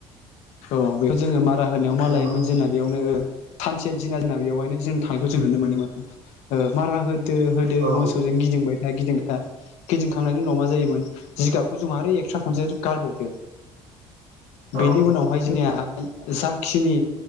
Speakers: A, on the left (about 80°); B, on the right (about 85°).
A: औ बेखौ जोङो मारा होनायाव मा
B: नंगौ
A: लायोमोन
B: नोंथां
A: जोंना बेयावनो थानसे दिना होनना बेवहायनो जों थांनायखौ जों नुनो मोनो मोनो। ओ मारा हो दो होदो
B: औ
A: मोसौजों गिदिंबाय था गिदिंबाय था गिदिंखांनायनि उनाव मा जायोमोन, जिगाबखौ जोंहा आरो एक्सट्रा खनसे गारबावदो।
B: औ
A: बेनि उनावहाय जोंनिया ओ जाखिनि